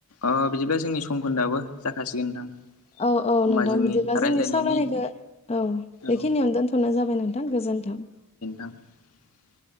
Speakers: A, on the left (about 80°); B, on the left (about 30°).
A: अ बिदिब्ला जोंनि सम खोन्दोआबो जाखासिगोन नोंथां।
B: औ औ
A: होमबा
B: नोंथां बिदिब्ला
A: रायज्लायनायनि
B: जोंनि सावरानायखो औ बेखिनियावनो
A: औ
B: दोनथ'नाय जाबाय नोंथां गोजोन्थों।
A: <unintelligible>